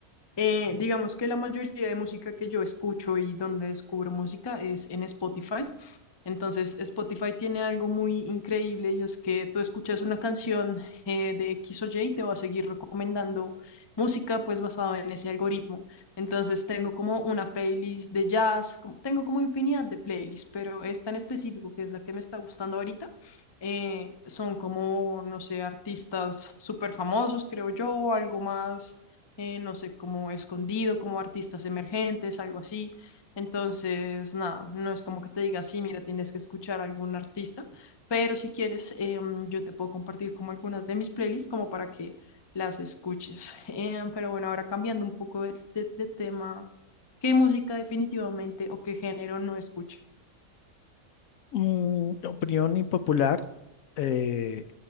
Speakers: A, on the left; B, on the left.
A: Eh, digamos que la mayoría de música que yo escucho y donde descubro música es en Spotify. Entonces, Spotify tiene algo muy increíble y es que tú escuchas una canción eh, de X o Y y te va a seguir recomendando música pues basado en ese algoritmo. Entonces, tengo como una playlist de jazz, como- tengo como infinidad de playlists, pero esta en específico, que es la que me está gustando ahorita, eh, son como, no sé, artistas súper famosos, creo yo, algo más, eh, no sé, como escondido, como artistas emergentes, algo así. Entonces, nada, no es como que te diga, sí, mira, tienes que escuchar a algún artista, pero si quieres, em, yo te puedo compartir como algunas de mis playlists como para que las escuches. <laughs> Em, pero bueno, ahora cambiando un poco de, de- de tema, ¿qué música definitivamente o qué género no escucha?
B: Mm, opinión impopular, eh,